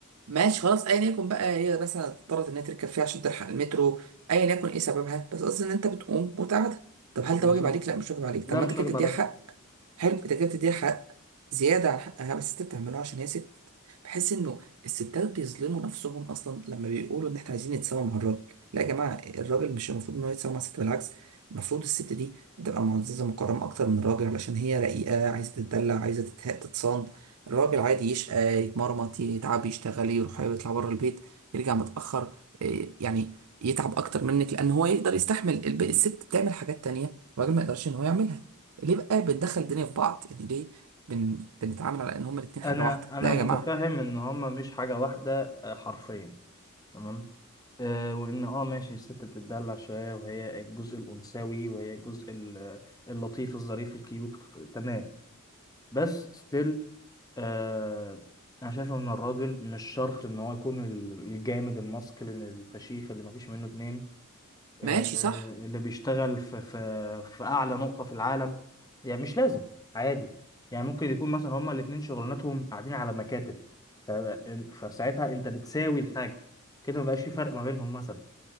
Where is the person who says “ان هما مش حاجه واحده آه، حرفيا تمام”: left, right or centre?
Left